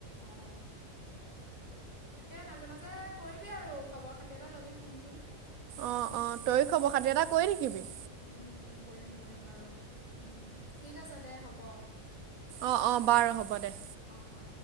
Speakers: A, on the left; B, on the right.
A: অ, তাকে মাজে মাজে কৰিবি আৰু। খবৰ খাতি এটা ল'বি ফোন চোন।
B: অ, অ। তইয়ো খবৰ খাতি এটা কৰি থাকিবি।
A: উম। কৰিম, কৰিম বাৰু। উম ঠিক আছে দে হ'ব।
B: অ, অ। বাৰু হ'ব দে।
A: অ, অ।